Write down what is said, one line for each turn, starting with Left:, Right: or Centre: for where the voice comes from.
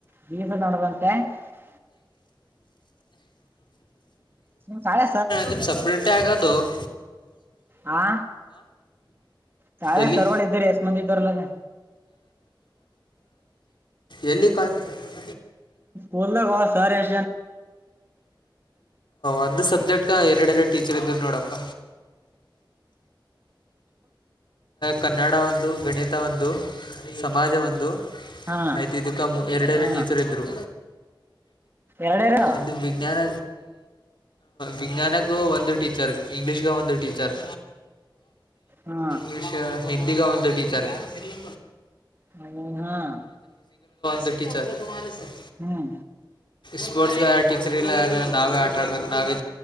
Right: ದೀಸ ನಡ್ದಂತೆ <unintelligible> ನಿಮ್ ಸಾಳೆ
Left: ನಿಮ ಸಪ್ರೇಟ ಆಗದು <unintelligible>
Right: ಹಾ ಶಳೆ
Left: ಎಲ್ಲಿ
Right: ಸರವಳ ಇ್ದರ ಎಸ್ ಮಂದ ತರಲ್ಲ <inaudible>
Left: ಎಲ್ಲಿ ಕಾಲ <unintelligible>
Right: ಬೋದಲಾಗ ಸಾರ <unintelligible>
Left: ಒಂದು ಸಬ್ಜೆಕ್ಟ್ ಎರಡೆರಡು ಟೀಚರ್ ಇದ್ದರು ನೋಡಪ್ಪ ಕನ್ನಡ ಒಂದು ಗಣಿತ ಒಂದು ಸಮಾಜ ಒಂದು
Right: ಹಾ
Left: ಆಯ್ತು ಇದಕ್ಕ ಎರಡೆರಡು
Right: ಹಾ
Left: ಟೀಚರ್ ಇದ್ರು
Right: ಎರಡೇರು
Left: ಒದು ವಿಜ್ಞಾನ ವಿಜ್ಞಾನಗೂ ಒಂದು ಟೀ ಟೀಚರ್ ಇಂಗ್ಲಿಷ್ ಉಂದು ಟೀಚರ್
Right: ಹಾ
Left: ಇಂಗ್ಷ್ ಹಿಂದಿ ಉಂದು ಟೀಚರ್ ಟೀಚರ್
Right: ಹ ಹಾ <inaudible>
Left: ಂದ ಟೀಚರ್ <inaudible>
Right: ಹ್ಮ್
Left: ಸ್ಪೋರ್ಟ್ಸ್ ಯಾರ ಟೀಚರ್ ಇಲ್ಲ ಯಾರ ನಾವೇ ಆಟ ಆಡ್ಬೇಕು ನಾವ